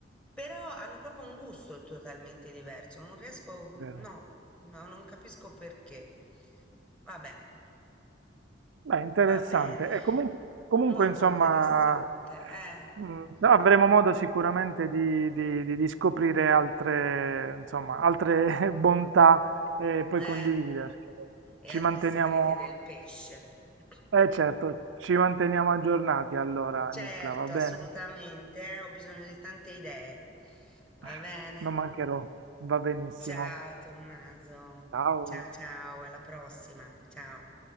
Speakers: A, in the centre; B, on the right.
A: però hanno proprio un gusto totalmente diverso. Non riesco,
B: vero.
A: no, no, non capisco perché. Vabbè,
B: Beh, interessante.
A: va bene,
B: E comun- comunque,
A: molto
B: insomma,
A: interessante, eh,
B: mh, avremo modo sicuramente di, di- di- di scoprire altre, insomma, altre <laughs> bontà e poi
A: eh,
B: condividercele.
A: e
B: Ci
A: altri
B: manteniamo,
A: segreti del pesce. <laughs>
B: eh certo, ci manteniamo aggiornati allora,
A: Certo,
B: Nicla, va bene?
A: assolutamente, eh, ho bisogno di tante idee. Va
B: <laughs>
A: bene?
B: Non mancherò, va benissimo.
A: Ciao Tommaso.
B: Ciao.
A: Ciao ciao, alla prossima. Ciao.